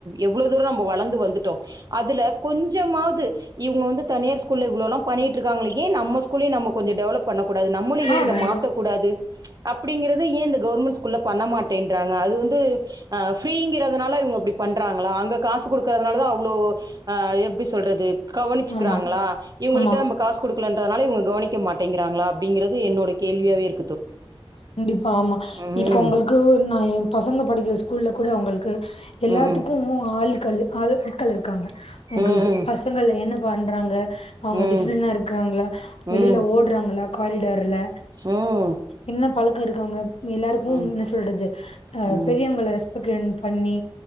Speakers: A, on the right; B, on the left.
A: எவ்ளவுதூரம் நம்ம வளர்ந்து வந்துட்டோம் அதுல கொஞ்சமாவது இவுங்க வந்து தனியார் ஸ்கூல் ல இவ்வளோல்லாம் பண்ணிட்டுருக்காங்களே ஏன் நம்ம ஸ்கூல்லையும் நம்ம டெவலப் பண்ணக்கூடாது நம்மளும் ஏன்
B: ஆ
A: இத
B: வந்து
A: மாத்தகூடாது அப்படிங்கிறது ஏன் இந்த கவர்மெண்ட் ஸ்கூல்ல பண்ண மாட்டேன்றாங்க அது வந்து ஃப்ரீங்கிறதுனால இவங்க இப்டி பண்றாங்களா அங்க காசு கொடுக்கறதுனால தான் அவ்வளோ அஹ் எப்டி சொல்றது கவனிச்க்றாங்களா
B: ஆமா
A: இவங்கள்ட்ட
B: ஆமா
A: நம்ம காசு கொடுக்கலன்றதுனால இவங்க கவனிக் மாட்டேங்கிறாங்களா அப்படிங்கிறது என்னோட கேள்வியாவே இரு
B: கண்டிப்பா ஆமா
A: ம்
B: இப்ப உங்களுக்கு நான் என் பசங்க படிக்கிற ஸ்கூல்ல கூட உங்களுக்கு எல்லாத்துக்கும்
A: ம்
B: ஆளுக்காள் ஆள் ஆட்கள் இருக்காங்க உங்களுக்கு
A: ம் ம்
B: பசங்கல என்ன பண்றாங்க அவங்க
A: ம் ம்
B: டிசிப்ளனா இருக்கிறாங்களா
A: ம்
B: வெளியில ஓடுறாங்களா காரிடார்ல
A: ம்
B: என்ன பழக்கம் இருக்காங்க எல்லாருக்கும்
A: ம்
B: என்ன சொல்றது அஹ்
A: ம்
B: பெரியவங்கள ரெஸ்பெக்ட் பண்ணி